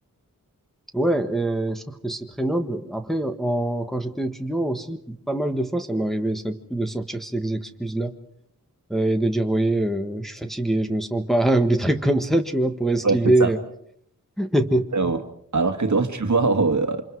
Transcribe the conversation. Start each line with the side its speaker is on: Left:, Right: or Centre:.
Centre: Ouais, euh, je trouve que c'est très noble. Après, en, quand j'étais étudiant aussi, pas mal de fois, ça m'arrivait ça, de sortir ces excuses-là euh, et de dire, voyez, euh, je suis fatigué, je me sens pas, <laughs> ou des trucs comme ça, tu vois, pour esquiver.
Right: Ouais, c'est ça.
Centre: euh. <laughs>
Right: Et on- Alors que toi, tu vois, au, euh,